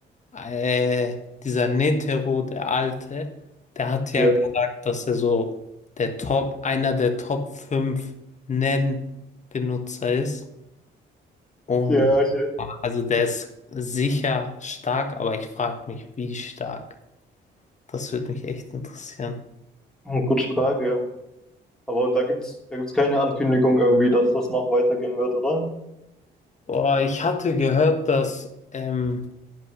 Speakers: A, on the left (about 35°); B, in the centre.
A: äh, dieser Netero, der Alte, der hat
B: Ja,
A: ja gesagt, dass er so der Top, einer der Top 5 Nen-Benutzer ist. Und
B: ja, ich, äh,
A: äh, also der ist sicher stark, aber ich frage mich, wie stark. Das würde mich echt interessieren.
B: hm, gute Frage. Aber da gibt's, da gibt's keine Ankündigung irgendwie, dass das noch weitergehen wird, oder?
A: Boah, ich hatte gehört, dass ähm,